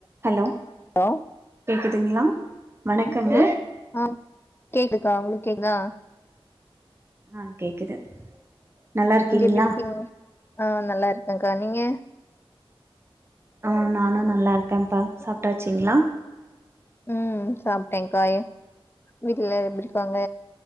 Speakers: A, on the right (about 25°); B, on the left (about 25°).
A: ஹலோ
B: ஹலோ
A: கேக்குதுங்களா வணக்கங்க
B: ஹலோ ஆ கேக்குதா உங்களு கேக்குதா
A: ஆ கேக்குது நல்லா இருக்கீங்களா
B: நீங்க எப்டிருக்கீங்க ஆ நல்லா இருக்கேங்கா நீங்க
A: ஆ நானு நல்லா இருக்கேன்ப்பா சாப்டாச்சிங்களா
B: உம் சாப்ட்டேங்க்காயே வீட்ல எல்லா எப்டி இருக்காங்க